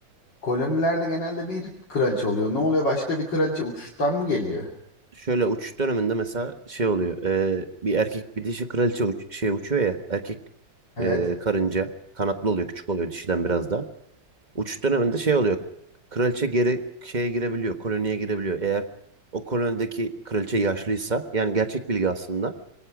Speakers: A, on the left; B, on the right.
A: kolonilerde genelde bir kraliçe oluyor. Ne oluyor? Başka bir kraliçe uçuştan mı geliyor?
B: şöyle uçuş döneminde mesela şey oluyor. e, bir erkek bir dişi kraliçe uç- şey uçuyor ya. Erkek
A: Evet.
B: e, karınca kanatlı oluyor. Küçük oluyor dişiden biraz daha. Uçuş döneminde şey oluyor. Kraliçe geri şeye girebiliyor. Koloniye girebiliyor. Eğer o kolonideki kraliçe yaşlıysa yani gerçek bilgi aslında.